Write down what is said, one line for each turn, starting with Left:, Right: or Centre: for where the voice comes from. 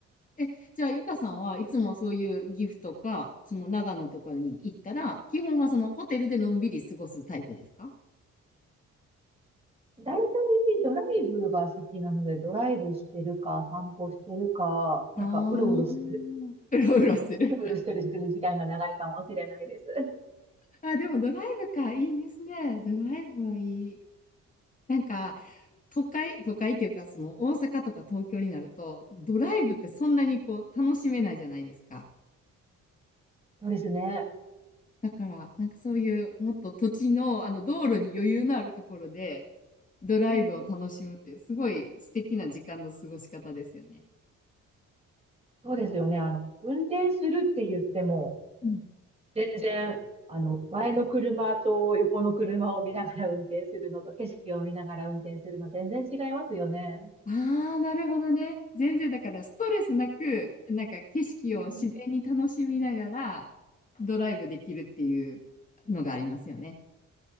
Left: え、じゃあ、ゆかさんはいつもそういう岐阜とか、その長野とかに行ったら、基本はそのホテルでのんびり過ごすタイプですか
Right: 大体ドライブが好きなので、ドライブしてるか、散歩してるか、なんかうろうろする
Left: ああー、<laughs> うろうろする。
Right: うろうろしてる時間が長いかもしれないです。
Left: あ、でもドライブか、いいですね。ドライブはいい。なんか、都会、都会っていうか、その大阪とか東京になると、ドライブってそんなにこう楽しめないじゃないですか。
Right: そうですね。
Left: だから、なんかそういうもっと土地の、あの道路に余裕のあるところでドライブを楽しむってすごい素敵な時間の過ごし方ですよね。
Right: うん。そうですよね。あの、運転するって言っても、
Left: うん。
Right: 全然、あの、前の車と横の車を見ながら運転するのと、景色を見ながら運転するの、全然違いますよね。
Left: ああー、なるほどね。全然だからストレスなく、なんか景色を自然に楽しみながらドライブできるっていうのがありますよね。
Right: うん、